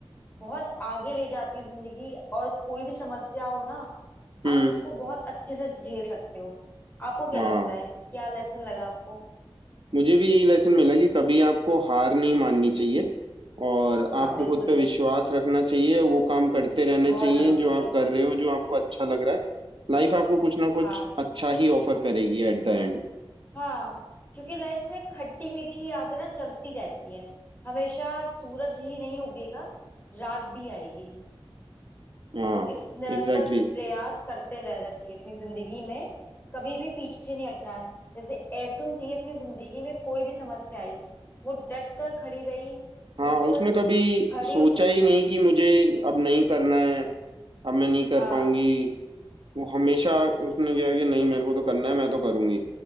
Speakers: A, on the left; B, on the right.
A: बहुत आगे ले जाती है जिंदगी और कोई भी समस्या हो ना
B: हम्म
A: आप उसको बहुत अच्छे से झेल सकते हो आपको क्या
B: हाँ
A: लगता है क्या लेसन लगा आपको
B: मुझे भी यही लेसन मिला कि कभी आपको हार नहीं माननी चाहिए और
A: हाँ
B: आपको
A: बिल्कुल
B: खुद पे
A: नहीं
B: विश्वास रखना चाहिए वो काम करते रहने
A: बहुत
B: चाहिए
A: जरूरी
B: जो आप
A: है
B: कर रहे हो जो आपको अच्छा लग रहा है लाइफ आपको कुछ ना कुछ
A: हाँ
B: अच्छा ही ऑफर करेगी एट द एंड
A: हाँ क्योंकि लाइफ में खट्टी मीठी यादें ना चलती रहती हैं हमेशा सूरज ही नहीं उगेगा रात भी आएगी
B: हाँ
A: तो इस निरंतर
B: एग्जैक्टली exactly.
A: प्रयास करते रहना चाहिए अपनी जिंदगी में कभी भी पीछे नहीं हटना है जैसे ऐसुम थी अपनी जिंदगी में कोई भी समस्या आई वो डट कर खड़ी रही
B: हाँ
A: बिल्कुल
B: उसने कभी
A: खड़ी
B: सोचा
A: उतरी
B: ही
A: है
B: नहीं कि मुझे अब नहीं करना है अब मैं नहीं कर
A: हाँ
B: पाऊंगी वो हमेशा उसने किया कि नहीं मेरे को तो करना है मैं तो करूंगी